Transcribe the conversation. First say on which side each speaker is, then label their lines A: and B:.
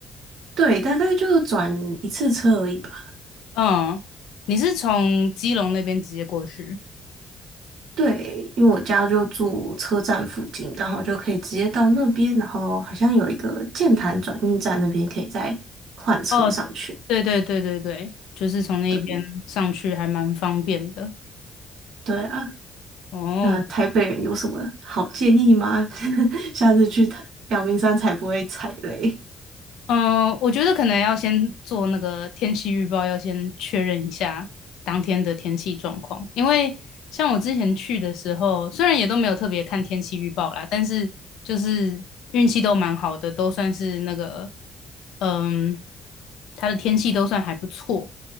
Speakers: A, on the right; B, on the left.
A: 对，大概就转一次车而已吧。
B: 嗯，你是从基隆那边直接过去？
A: 对，因为我家就住车站附近，刚好就可以直接到那边，然后好像有一个剑潭转运站那边可以再换车上去。
B: 哦，对对对对对，就是从那边上去还蛮方便的。
A: 对，对啊，
B: 哦，
A: 那台北人有什么好建议吗？<laughs> 下次去台阳明山才不会踩雷。
B: 嗯，我觉得可能要先做那个天气预报，要先确认一下当天的天气状况。因为像我之前去的时候，虽然也都没有特别看天气预报啦，但是就是运气都蛮好的，都算是那个，嗯，它的天气都算还不错。